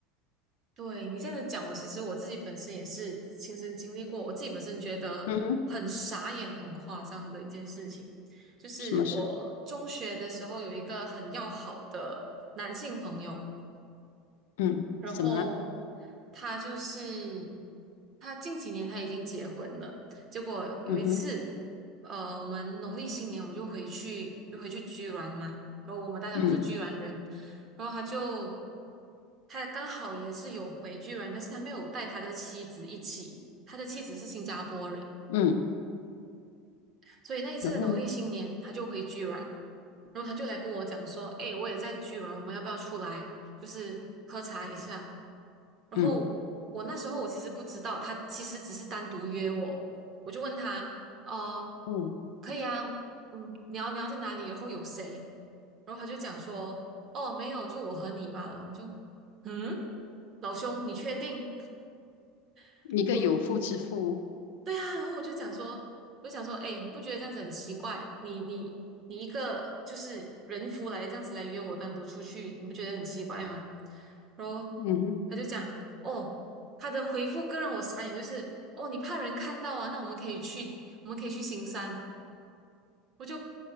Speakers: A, on the right; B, on the left.
A: 对，你这样子讲，我其实我自己本身也是亲身经历过，我自己本身觉得很傻眼、
B: 嗯哼，
A: 很夸张的一件事情，就是我中学的时候有一个很要好的男性朋友，
B: 什么事？嗯，
A: 然后
B: 怎么啦？
A: 他就是他近几年他已经结婚了，结果有一次，
B: 嗯哼，
A: 呃，我们农历新年我们就回去就回去居銮嘛，然后我们大家都是居銮人，
B: 嗯
A: 然后他就他刚好也是有回居銮，但是他没有带他的妻子一起，他的妻子是新加坡人，
B: 嗯，
A: 所以那一次的农历新年他就回居銮，
B: 然后呢？
A: 然后他就来跟我讲说，哎，我也在居然，我们要不要出来，就是喝茶一下？然后我那时候我其实不知道，
B: 嗯，
A: 他其实只是单独约我，我就问他，哦，
B: 哦，
A: 可以啊，嗯，你要你要在哪里？然后有谁？然后他就讲说，哦，没有，就我和你罢了。我就，嗯，老兄，你确定？<laughs>
B: 一个有妇之夫，
A: 我对啊，然后我就讲说，我就讲说，哎，你不觉得这样子很奇怪？你你你一个就是人夫来这样子来约我单独出去，你不觉得很奇怪吗？然后
B: 嗯哼，
A: 他就讲，哦，他的回复更让我傻眼，就是哦，你怕人看到啊？那我们可以去，我们可以去行山。我就，